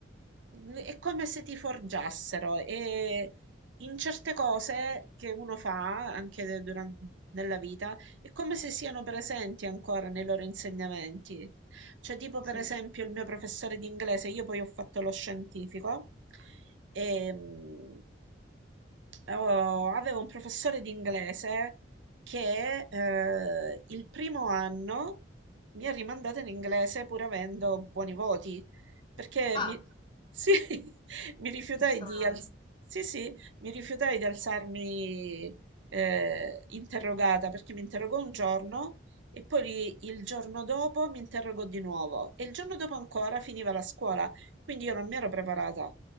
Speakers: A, on the right; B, on the left.
A: mhmm, è come se ti forgiassero e in certe cose che uno fa anche de- duran- nella vita è come se siano presenti ancora nei loro insegnamenti. Cioè, tipo per
B: Sì.
A: esempio il mio professore di inglese, io poi ho fatto lo scientifico, e, mh, Oh, avevo un professore di inglese che eh, il primo anno mi ha rimandato in inglese pur avendo buoni voti, perché
B: Ah,
A: mi, sì, <laughs> mi rifiutai
B: che strano,
A: di, alz- sì, sì, mi rifiutai di alzarmi eh, interrogata, perché mi interrogò un giorno e poi il giorno dopo mi interrogò di nuovo e il giorno dopo ancora finiva la scuola, quindi io non mi ero preparata.